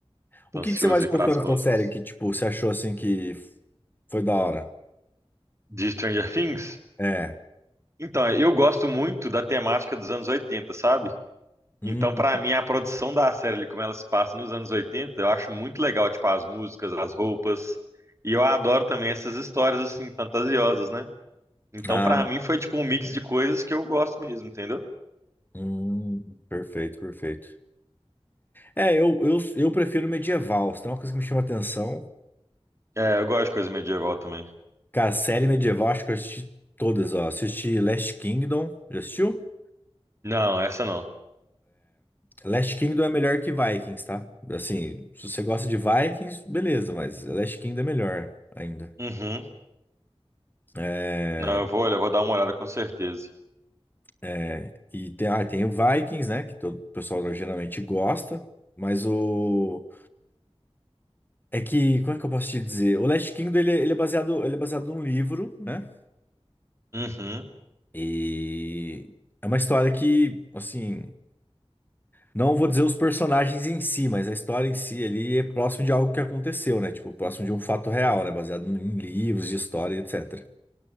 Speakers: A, on the left; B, on the right.
A: O
B: Tô
A: que
B: ansioso
A: que você mais
B: aí
A: gostou
B: pras
A: nessa
B: próximas.
A: série que, tipo, você achou assim que foi da hora?
B: De Stranger Things?
A: É.
B: Então, eu gosto muito da temática dos anos 80, sabe?
A: Hum,
B: Então, pra mim, a produção da série, ali, como ela se passa nos anos 80, eu acho muito legal, tipo, as músicas, as roupas. E eu adoro também essas histórias, assim, fantasiosas, né? Então,
A: ah,
B: pra mim, foi, tipo, um mix de coisas que eu gosto mesmo, entendeu?
A: hum, perfeito, perfeito. É, eu, eu, eu prefiro medieval. Se tem uma coisa que me chama atenção,
B: É, eu gosto de coisa medieval também.
A: cara, série medieval, acho que eu assisti todas, ó. Assisti Last Kingdom. Já assistiu?
B: Não, essa não.
A: Last Kingdom é melhor que Vikings, tá? Assim, se você gosta de Vikings, beleza, mas Last Kingdom é melhor ainda.
B: Uhum.
A: É,
B: Não, eu vou, olha, eu vou dar uma olhada com certeza.
A: é, e tem, ah, tem o Vikings, né? Que todo o pessoal geralmente gosta. Mas o. É que. Como é que eu posso te dizer? O Last Kingdom ele, é- ele é baseado, ele é baseado num livro, né?
B: Uhum.
A: E. É uma história que, assim. Não vou dizer os personagens em si, mas a história em si ali é próximo de algo que aconteceu, né? Tipo, próximo de um fato real, né? Baseado em livros de história, etc.